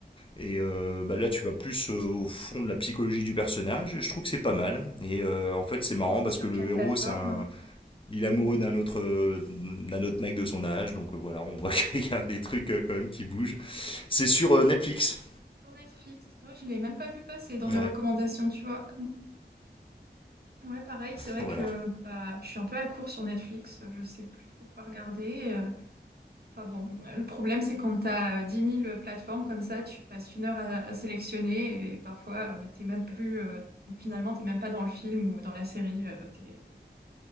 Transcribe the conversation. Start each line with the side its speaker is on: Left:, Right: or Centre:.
Left: et euh, bah, là tu vas plus euh, au fond de la psychologie du personnage et je trouve que c'est pas mal et euh, en fait
Right: Diffusé
Left: c'est marrant parce
Right: sur
Left: que le
Right: quelle plateforme?
Left: héros c'est un il est amoureux d'un autre, euh, d'un autre mec de son âge, donc euh, voilà, on <laughs> voit qu'il y a des trucs euh, quand même qui bougent. C'est sur euh, Netflix.
Right: Sur Netflix. Ouais, je l'ai même pas vu passer dans
Left: Ouais,
Right: mes recommandations, tu vois. Ouais, pareil, c'est vrai
Left: voilà.
Right: que bah, je suis un peu à court sur Netflix, je sais plus trop quoi regarder. euh. Enfin bon, le problème c'est quand t'as as 10 000 plateformes comme ça, tu passes une heure à, à sélectionner et parfois euh, t'es même plus, euh, finalement t'es même pas dans le film ou dans la série. euh, t'es,